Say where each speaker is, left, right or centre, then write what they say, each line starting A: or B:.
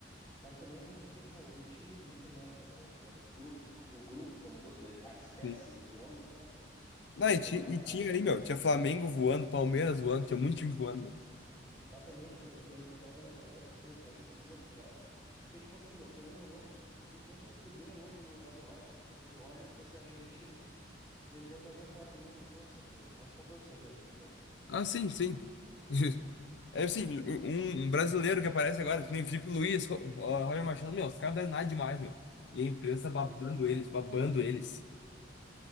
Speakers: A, on the left; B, on the left.
A: Mas também foi porque, pô, o time do Inter não era tão bom, tá ligado? O grupo, o grupo como um todo, né? As peças,
B: Sim.
A: os nomes não eram tão bons.
B: Não,
A: E aí,
B: e,
A: pô,
B: ti-
A: a-
B: e
A: a-
B: tinha ali, meu, tinha Flamengo voando, Palmeiras voando, tinha muito time voando, meu.
A: exatamente, meu. E daí tu pega a imprensa ainda caindo em cima, tá ligado? Porque, tipo assim, meu, querendo ou não, se fosse o Cudê hoje no lugar do Roger, tipo assim, se o Roger fosse argentino, ele já estaria fora do Inter com toda certeza. Mas com toda certeza, tá ligado?
B: Ah, sim, sim. <laughs> É assim, um, um brasileiro que aparece agora, que nem Felipe Luiz, Ro- Ro- Roger Machado, meu, os caras não é nada demais, meu. E a imprensa babando
A: Sim.
B: eles, babando eles,